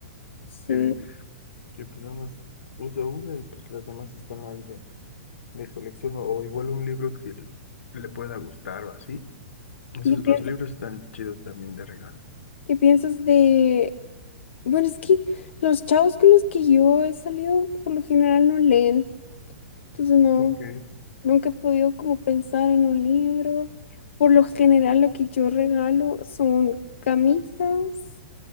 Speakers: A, on the left; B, on the left.
A: Sí.
B: Que, que pues nada más uso una y pues las demás están ahí de, de colección, o, o igual un libro que le pueda gustar o así. Esos,
A: ¿Y qué piensas,
B: los libros están chidos también de regalo.
A: qué piensas de...? Bueno, es que los chavos con los que yo he salido por lo general no leen. Entonces no.
B: Ok.
A: Nunca he podido como pensar en un libro. Por lo general, lo que yo regalo son camisas,